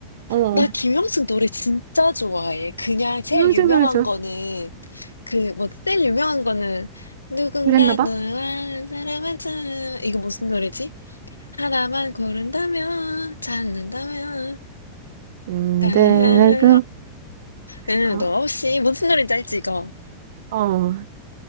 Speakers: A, on the right; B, on the left.
A: 어
B: 나 김영수 노래 진짜 좋아해. 그냥 제일
A: 김영중
B: 유명한
A: 노래 좋아
B: 거는 그뭐 제일 유명한 거는 누군가
A: 그랬나 봐?
B: 너와 사랑한 참 이거 무슨 노래지? 하나만 고른다면 찾는다면
A: 음,
B: 나
A: 네, 그,
B: 응,
A: 어,
B: 너 없이 무슨 노래인지 알지 이거?
A: 어,